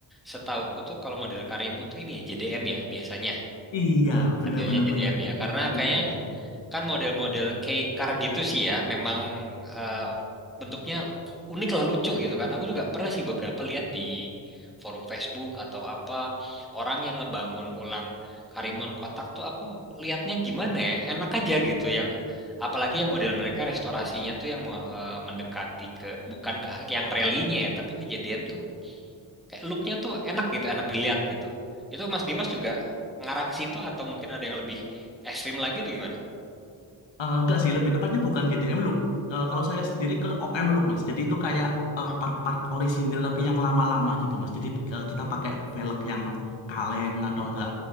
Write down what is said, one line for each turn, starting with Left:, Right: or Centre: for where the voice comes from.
Centre: setauku tuh kalau model Karimun tuh ini ya JDM ya biasanya
Left: Iya, benar
Centre: ambilnya
Left: benar
Centre: JDM
Left: benar
Centre: ya
Left: di,
Centre: karena
Left: di JDM
Centre: kayaknya
Left: juga.
Centre: kan model-model kayak car gitu sih ya, memang eh, bentuknya unik lah lucu gitu kan. Aku juga pernah sih beberapa lihat di forum Facebook atau apa orang yang ngebangun ulang Karimun Kotak tuh aku lihatnya gimana ya, enak aja gitu yang apalagi yang model mereka restorasinya tuh yang mau, eh, mendekati ke bukan ke ke yang relinya ya, tapi kejadian tuh kayak looknya tuh enak gitu, enak dilihat gitu. Itu Mas Dimas juga ngarah ke situ atau mungkin ada yang lebih ekstrim lagi tuh gimana?
Left: Eh, enggak sih, lebih tepatnya bukan JDM Look. Eh, kalau saya sendiri ke OM Look, Mas. Jadi itu kayak eh,
Centre: Oh.
Left: part-part orisinil tapi yang lama-lama gitu, Mas. Jadi eh, kita pakai velg yang kaleng atau enggak.